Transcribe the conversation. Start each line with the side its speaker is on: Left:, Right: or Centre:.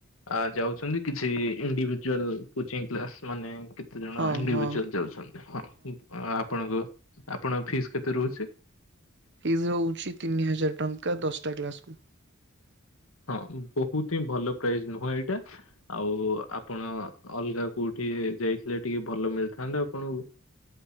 Left: ଆ ଯାଉଚନ୍ତି କିଛି ଇଣ୍ଡିଭିଜୁଆଲ କୋଚିଂ କ୍ଲାସ୍ ମାନେ କେତେ ଜଣ
Right: ହଁ
Left: ଇଣ୍ଡିଭିଜୁଆଲ
Right: ହଁ
Left: ଯାଉଚନ୍ତିଁ। ହଁ ଉଁ ଆପଣଙ୍କୁ ଆପଣଙ୍କ ଫିସ୍ କେତେ ରହୁଚି?
Right: ଫିସ୍ ହଉଚି ତିନି ହଜାର ଟଙ୍କା ଦଶଟା କ୍ଲାସ୍ କୁ।
Left: ହଁ ବହୁତ ହିଁ ଭଲ ପ୍ରାଇସ୍ ନୁହଁ ଏଇଟା ଆଉ ଆପଣ ଅଲଗା କୋଉଠି ଯାଇଥିଲେ ଟିକେ ଭଲ ମିଳିଥାନ୍ତା ଆପଣଙ୍କୁ।